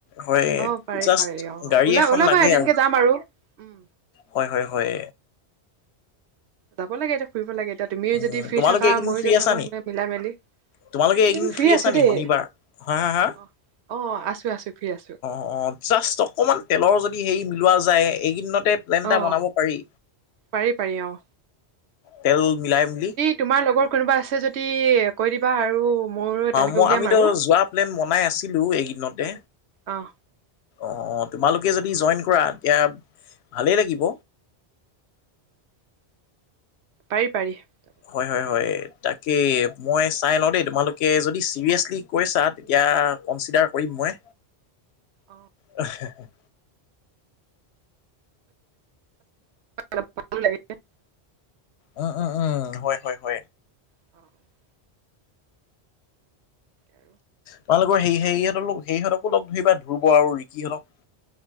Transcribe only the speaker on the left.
হয়
জাষ্ট
গাড়ী
এখন
লাগে
হয় হয় হয়।
উম,
তোমালোকে
এইকেইদিন
ফ্ৰী
আছা
নি?
তোমালোকে
আছা
নি
শনিবাৰ? হা হা হা?
অৱ জাষ্ট অকণমান তেলৰ যদি হেৰি মিলোৱা যায় এইকদিনতে প্লেন এটা
বনাব পাৰি।
তেল মিলাই মেলি
মই
আমিতো
যোৱা প্লেন বনাই আছিলোঁ এইদিনতে।
অৱ অৱ তোমালোকে যদি জইন কৰা তেতিয়া ভালেই লাগিব।
হয় হয় হয় তাকে মই চাই লও দেই তোমালোকে যদি চিৰিয়েচলি কৈছা তেতিয়া কনচিডাৰ কৰিম মই।
উ <unintelligible>
উম উম উম হয় হয় হয়।
তোমালোকৰ সেই সিহঁতকো সেইসতকো লগ ধৰিবা ধ্ৰুৱ আৰু ৰিকি হতঁক।